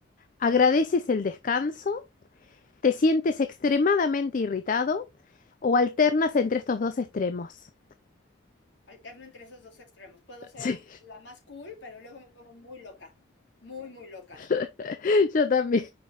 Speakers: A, on the left; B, on the left.
A: ¿Agradeces el descanso? ¿Te sientes extremadamente irritado o alternas entre estos dos extremos?
B: Alterno entre esos dos extremos. Puedo ser
A: Sí,
B: la más cool, pero luego me pongo muy loca. Muy, muy loca.
A: <laughs> yo también.